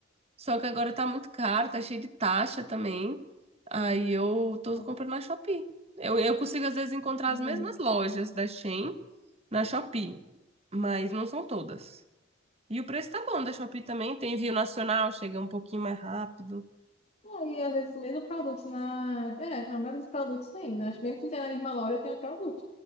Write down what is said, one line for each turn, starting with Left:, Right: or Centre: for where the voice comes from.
Right: só que agora tá muito caro, tá cheio de taxa também. Aí eu tô
Left: Ah,
Right: comprando na Shopee. Eu, eu consigo às vezes encontrar
Left: tá vendo?
Right: as mesmas lojas da Shein na Shopee, mas não são todas. E o preço tá bom da Shopee também, tem envio nacional, chega um pouquinho mais rápido.
Left: Aí, às vezes, o mesmo produto na... É, a maioria dos produtos tem. Né? Mesmo que não tenha na mesma loja, tem um produto.